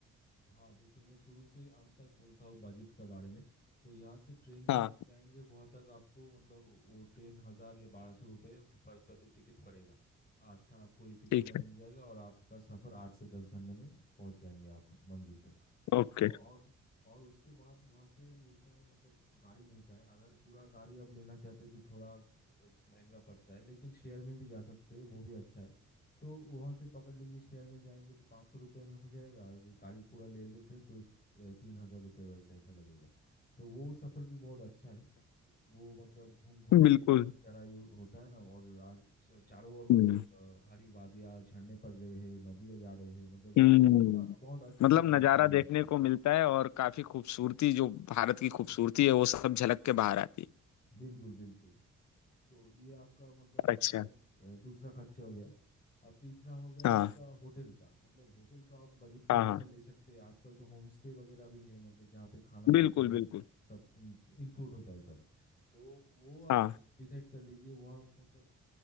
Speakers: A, on the left; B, on the left.
A: हाँ देखिए मैं शुरू से अंत तक बोलता हूँ बजट के बारे में तो यहाँ से ट्रेन में
B: हाँ
A: अगर जाएंगे वहाँ तक आपको मतलब वो ट्रेन हज़ार या बारह सौ रुपये पर प्रति टिकट पड़ेगा अच्छा आपको एसी कमरा
B: ठीक
A: मिल
B: है
A: जाएगा और आपका सफ़र आठ से दस घंटे में पहुँच जाएंगे आप मंजिल तक
B: ओके
A: औ- और और उसके बाद वहाँ से मिलता है मतलब गाड़ी मिलता है अगर पूरा गाड़ी आप लेना चाहते हैं तो थोड़ा अ, महंगा पड़ता है लेकिन शेयर में भी जा सकते हैं वो भी अच्छा है तो वहाँ से पकड़ लीजिए शेयर में जाएंगे तो पाँच सौ रुपये में हो जाएगा और अगर गाड़ी पूरा ले लेते हैं तो तीन हज़ार रुपये वैसे ऐसा लगेगा तो वो सफ़र भी बहुत अच्छा है क्योंकि वो मतलब घूम घूम के
B: बिल्कुल
A: एकदम चराई उ- होता है ना और रा- स- चारों ओर मतलब
B: हम्म
A: अ, हरी वादियाँ झरने पड़ रहे हैं नदियाँ जा रहे हैं मतलब
B: हम्म।
A: अ- बहुत अच्छे
B: मतलब
A: से वो
B: नज़ारा
A: समय
B: देखने
A: बीतता है
B: को मिलता है और काफी खूबसूरती जो भारत की खूबसूरती है वो सब झलक के बाहर आती
A: बिल्कुल बिल्कुल तो ये आपका मतलब
B: है
A: खर्चा
B: अच्छा
A: अ, दूसरा खर्चा हो गया अब तीसरा हो गया
B: हाँ
A: आपका होटल का मतलब होटल तो आप बजट के
B: हाँ
A: अनुसार
B: हाँ
A: ले सकते हैं आजकल तो होम स्टे वगैरह भी है मतलब जहाँ पे खाना
B: बिल्कुल
A: देते हैं
B: बिल्कुल
A: सब इंक्लूड होता है सब तो वो आप
B: हाँ
A: डिसाइड कर लीजिए वो आप मतलब